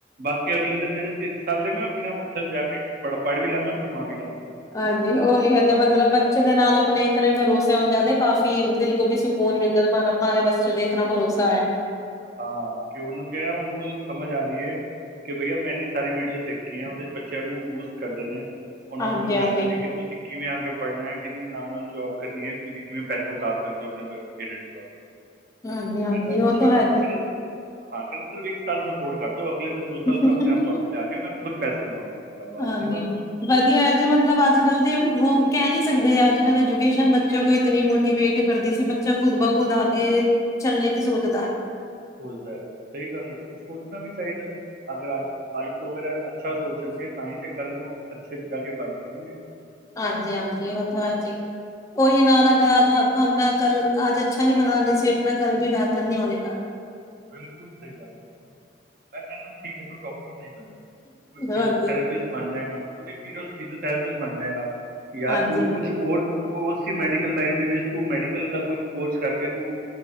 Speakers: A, on the right; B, on the left.
A: ਬਾਕੀ ਅਗਲੇ ਦੇ ਜਿਹੜੇ ਤਿੰਨ ਮੈਂ ਆਪਣੇ ਆਪ ਉੱਥੇ ਜਾ ਕੇ ਪੜ ਪੜ੍ਹ ਵੀ ਲਵਾਂਗਾ ਕਮਾ ਵੀ ਲਵਾਂਗਾ
B: ਹਾਂਜੀ ਉਹੀ
A: ਮੈਂ ਕਿਹਾ
B: ਹੈਦੇ
A: ਵਾਹ
B: ਮਤਲਬ
A: ਜੀ
B: ਬੱਚੇ
A: ਵਾਹ
B: ਦੇ ਨਾਲ ਆਪਣੇ ਇਤਨੇ ਭਰੋਸੇ ਹੋਣ ਜਾਂਦੇ ਕਾਫੀ ਦਿਲ ਤੋਂ ਵੀ ਸਕੂਨ ਮਿਲਦਾ ਮਾਰੇ ਬੱਚੇ ਤੇ ਇਤਨਾ ਭਰੋਸਾ ਹੈ
A: ਹਾਂ ਕਿ ਉਹਨੂੰ ਕਿਹਾ ਉਹਨੂੰ ਉਹਨੂੰ ਸਮਝ ਆ ਰਹੀ ਹੈ ਕਿ ਬਈਆ ਮੈਂ ਇੰਨੀ ਸਾਰੀ ਵੀਡੀਓਜ਼ ਦੇਖੀ ਹੈ ਉਹਦੇ ਚ ਬੱਚਿਆਂ ਨੂੰ ਬੂਸਟ ਕਰਦੇ ਨੇ ਉਹਨਾ
B: ਹਾਂਜੀ-ਹਾਂਜੀ,
A: ਨੂੰ ਸਮਝਾਂਦੇ ਨੇ ਕਿ ਤੁਸੀਂ ਕਿਵੇਂ ਆ ਕੇ ਪੜ੍ਹਨਾ ਐ ਕਿਵੇਂ ਨਾਲ ਨਾਲ ਜੋਬ ਕਰਨੀ ਐ ਤੁਸੀਂ ਕਿਵੇਂ ਪੈਸਾ ਉਤਾਰ ਸਕਦੇ ਹੋ ਅਪਨੇ ਪੇਰੇਂਟਸ ਦਾ,
B: ਹਾਂਜੀ-ਹਾਂਜੀ
A: ਮੈਂ ਕਿਹਾ ਅੱਛੀ
B: ਉਹ ਤਾਂ
A: ਗਲ
B: ਹੈ
A: ਏ। <unintelligible> ਇੱਕ ਸਾਲ ਰਪੋਟ ਕਰ ਦੋ ਅਗਲੀ ਦੋ ਸਾਲ
B: ਜੀ।
A: ਮੈਂ ਆਪਣੇ ਆਪ ਤੁਹਾਨੂੰ ਲਿਆ ਕੇ ਮੈਂ ਖੁਦ ਪੈਸੇ ਦੇਵਾਂਗਾ ਮੈਂ ਕਿਹਾ ਵਾਹ
B: ਹਾਂਜੀ।
A: ਜੀ ਵਾਹ
B: ਵਧੀਆ ਹੈ ਜੀ ਮਤਲਬ ਅੱਜ ਕੱਲ੍ਹ ਤੇ ਉਹ ਕਹਿ ਨੀ ਸਕਦੇ ਅੱਜ ਕੱਲ ਐਜੂਕੇਸ਼ਨ ਬੱਚੇ ਕੋਲ ਇਤਨੀ ਮੋ ਮੋਟੀਵੇਟ ਕਰਦੀ ਸੀ ਬੱਚਾ ਖੁਦ ਬ ਖੁਦ ਆਗੇ
A: ਹਾਂ,
B: ਚਲਣੇ ਕੀ ਸੋਚਦਾ ਹੈ
A: ਸੋਚਦਾ ਹੈਗਾ ਸਹੀ ਗੱਲ ਹੈ ਉਹ ਸੋਚਣਾ ਵੀ ਚਾਹੀਦੈ ਅਗਰ ਅੱਜ ਅੱਜ ਤੋਂ ਅਗਰ ਐ ਅੱਛਾ ਸੋਚਣਗੇ ਤਾਂ ਹੀ ਤੇ ਕੱਲ੍ਹ ਨੂੰ ਅੱਛੇ ਜਾ ਕੇ ਬਣ ਸਕਣਗੇ
B: ਹਾਂਜੀ ਹਾਂਜੀ
A: ਹੈ ਨਾ
B: ਉਹ ਤਾਂ ਹੈ ਜੀ ਉਹੀ ਨਾਲ ਅਗਰਜ ਨਾ ਕੱਲ ਆਜ ਅੱਛਾ ਨਹੀਂ ਬਨਾਨੇ ਸੀ ਆਪਣਾ ਕੱਲ ਵੀ ਬਿਹਤਰ ਨਹੀਂ ਹੋਣੇਗਾ
A: ਬਿਲਕੁਲ ਸਹੀ ਗਲ ਮੈਂ ਕਹਿਣਾ ਠੀਕ ਹੈ ਤੂੰ ਡਾਕਟਰ ਨਹੀਂ ਬਣ ਫਿਜਿਓਥੈਰਪਿਸ
B: ਹਾਂਜੀ
A: ਬਣ ਜਾਏਗਾ ਮਤਲਬ ਫਿਜਿਓਥੈਰਪਿਸ ਬਣ ਜਾਏਗਾ ਯਾ
B: ਹਾਂਜੀ
A: ਤੂੰ ਕੁੱਛ ਕੁਛ ਹੋਰ ਉਹ ਸੀ ਮੈਡੀਕਲ ਲਾਈਨ ਦੇ ਵਿੱਚ ਤੂੰ ਮੈਡੀਕਲ ਦਾ ਕੋਈ ਕੋਰਸ ਕਰਕੇ ਤੂੰ